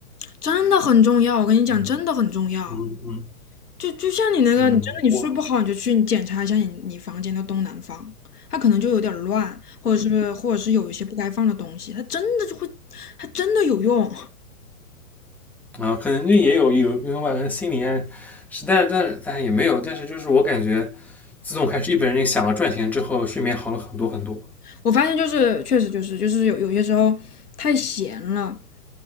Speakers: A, on the left (about 85°); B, in the centre.
A: 真的很重要，我跟你讲，
B: 嗯
A: 真的很重要。
B: 嗯嗯，
A: 就就像你那个，
B: 嗯，
A: 你真的你睡不好，
B: 我
A: 你就去你检查一下你你房间的东南方，它可能就有点儿乱，或者是或者是有一些不该放的东西，它真的就会，它真的有用。
B: 啊，可能就也有有有吧，可能心理暗示，在但是但是也没有，但是就是我感觉，自从开始一本人想要赚钱之后，睡眠好了很多很多。
A: <laughs> 我发现就是确实就是就是有有些时候太闲了，